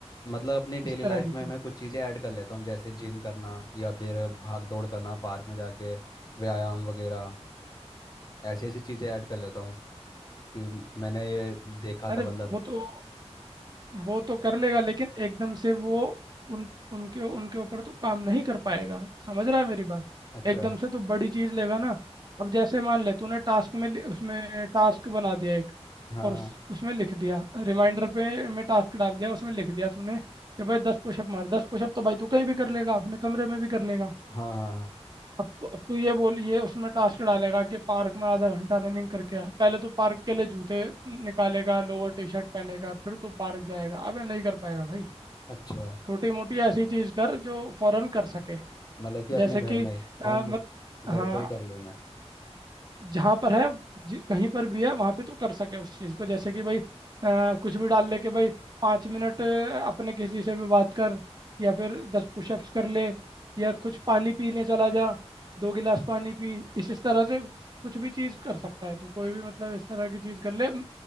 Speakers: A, on the left; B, on the right.
A: मतलब अपनी
B: इस
A: डेली
B: तरह
A: लाइफ
B: की
A: में
B: चीज़
A: मैं कुछ चीज़ें ऐड कर लेता हूँ जैसे जिम करना या फिर भाग दौड़ करना पार्क में जाके व्यायाम वगैरह ऐसी ऐसी चीज़ें ऐड कर लेता हूँ कि मैंने ये देखा
B: अरे
A: था मतलब
B: वो तो वो तो कर लेगा लेकिन एकदम से वो उन उनके उनके ऊपर तो काम नहीं कर पाएगा समझ रहा है मेरी बात
A: अच्छा
B: एकदम से तो बड़ी चीज लेगा ना अब जैसे मान ले तूने टास्क में लि- उसमें टास्क बना दिया एक
A: हाँ
B: और उस, उसमें लिख दिया रिमाइंडर पे में टास्क डाल दिया उसमें लिख दिया तूने कि भाई दस पुशअप मार दस पुशअप तो भाई तू कहीं भी कर लेगा अपने कमरे में भी कर लेगा
A: हाँ हाँ हाँ
B: अब तो अब तो ये बोलिए उसमें टास्क डालेगा कि पार्क में आधा घंटा रनिंग करके आ पहले तो पार्क के लिए जूते निकालेगा लोअर टी शर्ट पहनेगा फिर तो पार्क जाएगा अबे नहीं कर पाएगा भाई
A: अच्छा
B: छोटी मोटी ऐसी चीज कर जो फौरन कर सके
A: मतलब कि अपने
B: जैसे
A: घर
B: कि अ,
A: में ही होम
B: मत
A: घर
B: हाँ
A: पे ही कर लूँ मैं
B: जहाँ पर है जि- कहीं पर भी है वहाँ पे तू कर सके उस चीज़ को जैसे कि भाई अ, कुछ भी डाल ले के भाई पाँच मिनट अ, अपने किसी से भी बात कर या फिर दस पुशअप्स कर ले या कुछ पानी पीने चला जा दो गिलास पानी पी इस इस तरह से कुछ भी चीज़ कर सकता है तू कोई भी मतलब इस तरह की चीज़ कर ले म-